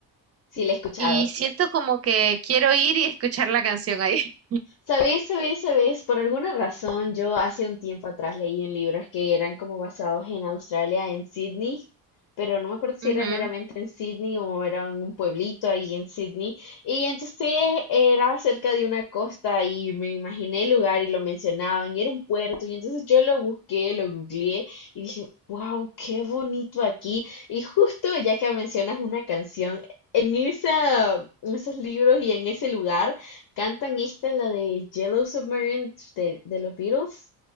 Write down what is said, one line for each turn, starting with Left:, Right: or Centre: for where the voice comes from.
Left: sí, la he escuchado.
Right: Y siento como que quiero ir y escuchar la canción ahí.
Left: Sabéis, sabéis, sabéis, por alguna razón yo hace un tiempo atrás leí en libros que eran como basados en Australia, en Sydney, pero no me acuerdo si
Right: <laughs> Ujú,
Left: era meramente en Sydney o era en un pueblito ahí en Sydney. Y entonces era cerca de una costa y me imaginé el lugar y lo mencionaban y era un puerto y entonces yo lo busqué, lo googleé y dije, wow, qué bonito aquí. Y justo ya que mencionas una canción, en esa, en esos libros y en ese lugar, Cantan esta, la de Yellow Submarine de, de los Beatles.